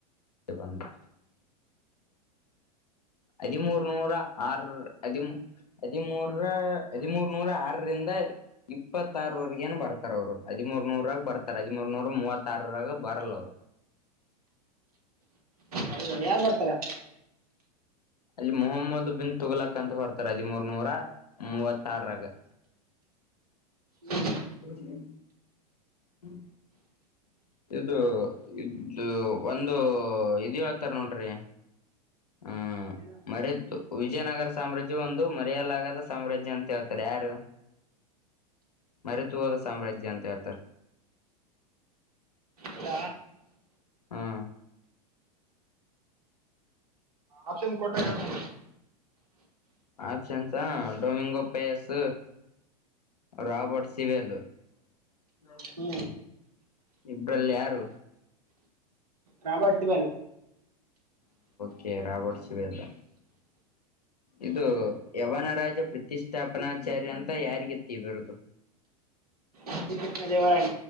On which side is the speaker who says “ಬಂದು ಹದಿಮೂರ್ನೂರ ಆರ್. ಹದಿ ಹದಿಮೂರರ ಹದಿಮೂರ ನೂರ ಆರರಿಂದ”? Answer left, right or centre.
Left